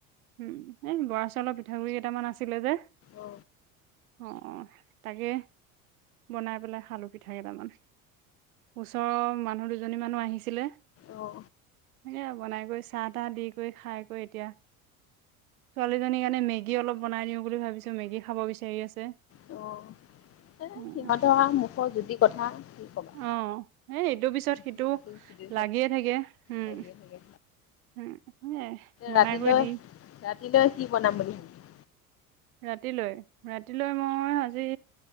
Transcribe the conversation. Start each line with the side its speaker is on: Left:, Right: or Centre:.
Right: উম। এই বৰা চাউলৰ পিঠাগুৰি কেইটামান আছিলে যে
Left: অ
Right: অ' তাকে বনাই পেলাই খালু পিঠা কেইটামান। ওচৰৰ মানুহ দুজনী মানো আহিছিলে
Left: অ'।
Right: এ বনাই কৰি, চাহ তাহ দি কৰি, খাই কৰি এতিয়া ছোৱালীজনীৰ কাৰণে মেগী অলপ বনাই দিও বুলি ভাবিছো, মেগী খাব বিচাৰি আছে।
Left: অ। এ
Right: উম
Left: সিহঁতৰ আউ মুখৰ জুতি কথা। কবা
Right: অ', এই এইটো পিছত সিটো
Left: ইটো সিটো
Right: লাগিয়ে থাকে। উম,
Left: লাগিয়ে থাকে
Right: উম সেইয়াই, বনাই
Left: ৰাতিলৈ
Right: কৰি দি
Left: ৰাতিলৈ কি বনাম বুলি ভাবিছা
Right: ৰাতিলৈ, ৰাতিলৈ মই আজি